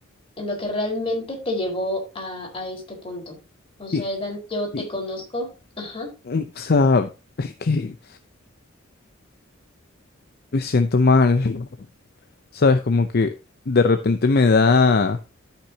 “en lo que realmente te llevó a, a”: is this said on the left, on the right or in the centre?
Left